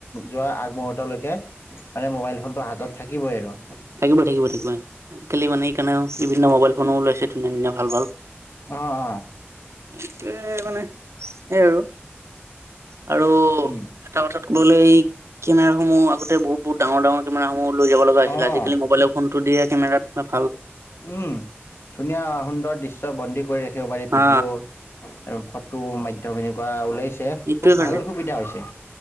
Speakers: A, on the left (about 65°); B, on the right (about 85°).
A: যোৱা আগমুহূৰ্তলৈকে মানে মোবাইল ফোনটো হাতত থাকিবই আৰু।
B: থাকিবই-থাকিবই-থাকিবই, আজিকালি মানে ইকানাও বিভিন্ন মোবাইল ফনো ওলাইছে ধুনীয়া ধুনীয়া ভাল ভাল।
A: অঁ অঁ
B: এতো মানে, সেই আৰু। আৰু
A: উম
B: এটা কথাত ক'বলৈ এই কেমেৰা সমু বহুতে বহুত-বহুত ডাঙৰ ডাঙৰ কেমেৰাসমূহ লৈ যাব লগা হৈছিলে,
A: অঁ
B: আজি ফোনটো দিয়া কেমেৰা আ
A: উম, ধুনীয়া সুন্দৰ দৃশ্য বন্দী কৰি ৰাখি দিব পাৰি
B: হা
A: ভিডিঅ'ত আৰু ফটো মাধ্যম এনেকুৱা ওলাই ছে,
B: এইটোৱে
A: খুব
B: কাৰণে
A: ভাল সুবিধা হৈছে।